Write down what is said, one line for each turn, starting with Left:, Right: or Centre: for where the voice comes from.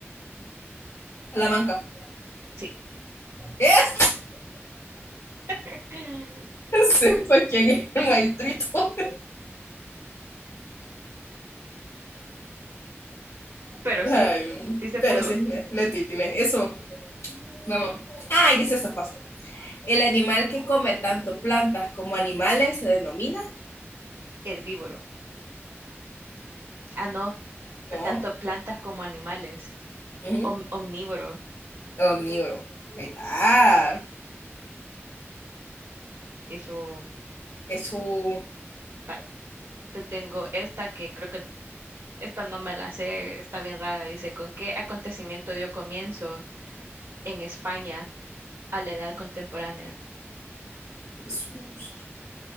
Left: Salamanca.
Right: Sí.
Left: <laughs> ¿Eh?
Right: <laughs>
Left: Sepa quién es el maestrito. <laughs>
Right: Pero
Left: Ay,
Right: sí, sí se
Left: pero
Right: pudo.
Left: sí, le, le tiré. Eso, vamos. Ah, y es esta fácil. El animal que come tanto plantas como animales se denomina.
Right: Herbívoro. Ah, no, t-
Left: No.
Right: tanto plantas como animales.
Left: Ujú.
Right: Om- omnívoro.
Left: Omnívoro. Ahí está.
Right: Eso,
Left: Jesús.
Right: vaya. Te tengo esta que creo que Esta no me la sé, está bien rara. Dice, ¿con qué acontecimiento dio comienzo en España a la edad contemporánea?
Left: Jesús.